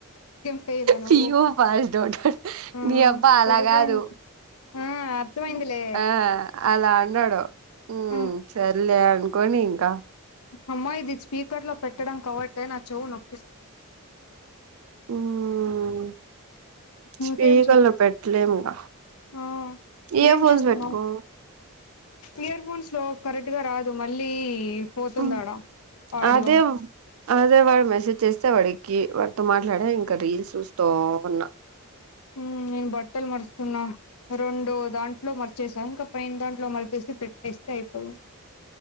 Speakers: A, on the left; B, on the right.
A: ఎం ఫెయిలా నువ్వు
B: పియూ పాస్డ్ అవుట్
A: ఉమ్మ్
B: నీ అబ్బా అలా
A: సరిపోయింది
B: కాదు
A: ఆ అర్థమైందిలే
B: ఆ అలా అన్నాడు ఉమ్మ్
A: హ్మ్
B: సర్లే అనుకోని ఇంకా
A: అమ్మా ఇది స్పీకర్లో పెట్టడంకి అవ్వట్లే నా చెవు నొప్పిస్తు
B: ఉమ్మ్ స్పీకర్లో
A: ఇంకేం చెప్
B: పెట్ట్లేము ఇంగ
A: ఆ
B: ఇయర్
A: ఏం
B: ఫోన్స్
A: చేస్తున్నావ్
B: పెట్టుకో
A: ఇయర్ ఫోన్స్‌లో కరెక్ట్గా రాదు మళ్ళీ పోతుందాడా
B: ఉమ్మ్
A: ఆడియో
B: అదే అదే వాడు మెసేజ్ చే స్తే వాడికి వాడితో మాట్లాడి ఇంకా రీల్స్ చూస్తూ ఉన్నా
A: ఉమ్మ్ నేను బట్టలు మడుస్తున్నా రెండు దాంట్లో మడిచేశా ఇంకా పైన దాంట్లో మడిచేసి పెట్టేస్తే అయిపోయింది